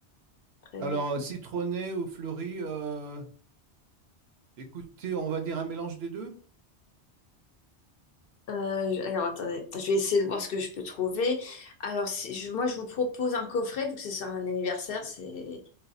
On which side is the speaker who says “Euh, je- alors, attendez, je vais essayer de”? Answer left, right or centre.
Left